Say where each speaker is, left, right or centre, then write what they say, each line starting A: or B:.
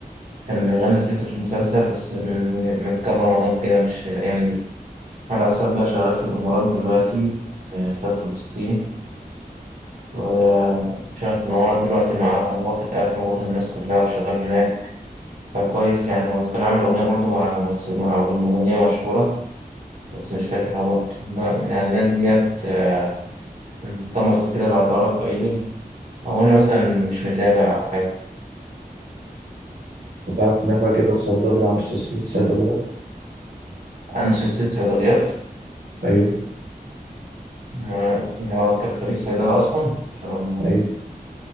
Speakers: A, on the right; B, on the right.
A: كان بيغني تتر المسلسل بس من من كام رمضان كده مش الأيام دي محمد عساف بقى شغال في الإمارات دلوقتي آه، في فلسطين آه، شغال في الإمارات دلوقتي مع واخد أهله واخد الناس كلها وشغال هناك فكويس يعني وكان عامل أغنية برضه مع ممثل مع مغنية مشهورة بس مش فاكرها برضه لا، يعني الناس ديت آه، انطمست كده بعد أرب أيدل أو أنا مثلا مش متابع أو حاجة
B: وتعرف ان احمد جمال صيدلي وعنده سلسله صيدليات
A: عندي سلسلة صيدليات
B: ايوه
A: ما- يعني هو كان خريج صيدلة أصلا عشان
B: ايوه